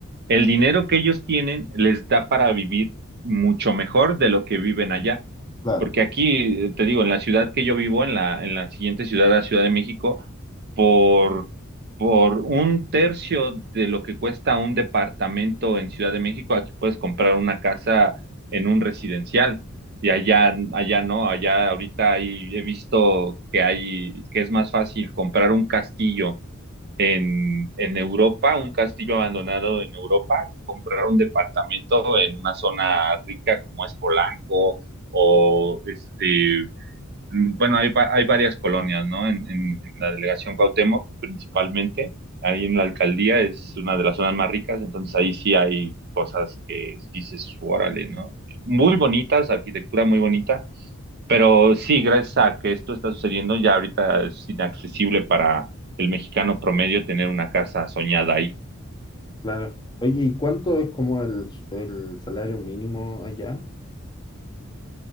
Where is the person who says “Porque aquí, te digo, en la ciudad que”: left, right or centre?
Right